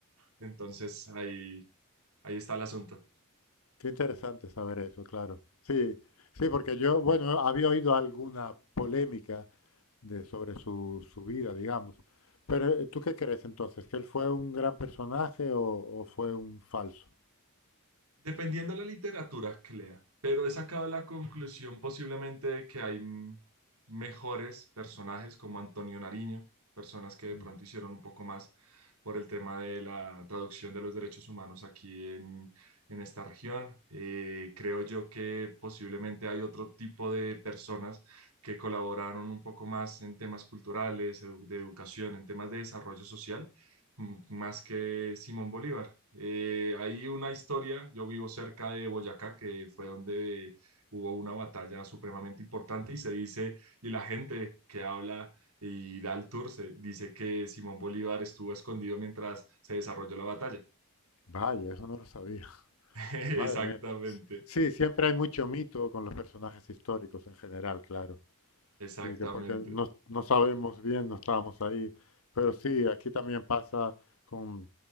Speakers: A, on the right (about 80°); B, on the left (about 70°).
A: Entonces ahí, ahí está el asunto.
B: Qué interesante saber eso, claro. Sí, sí, porque yo, bueno, había oído alguna polémica de, sobre su, su vida, digamos. Pero eh, ¿tú qué crees entonces? ¿Que él fue un gran personaje o, o fue un falso?
A: Dependiendo de la literatura que lea, pero he sacado la conclusión posiblemente de que hay mm, mejores personajes como Antonio Nariño, personas que de
B: Mm,
A: pronto hicieron un poco más por el tema de la traducción de los derechos humanos aquí en, en esta región. Eh, creo yo que posiblemente hay otro tipo de personas que colaboraron un poco más en temas culturales, edu- de educación, en temas de desarrollo social m- más que Simón Bolívar. Eh, hay una historia, yo vivo cerca de Boyacá, que fue donde hubo una batalla supremamente importante y se dice, y la gente que habla y da el tour, se dice que Simón Bolívar estuvo escondido mientras se desarrolló la batalla.
B: Vaya, eso no lo sabía. <laughs>
A: <laughs>
B: Madre mía. S-
A: Exactamente,
B: Sí, siempre hay mucho mito con los personajes históricos en general, claro.
A: exactamente.
B: Sí, que porque no, no sabemos bien, no estábamos ahí. Pero sí, aquí también pasa con,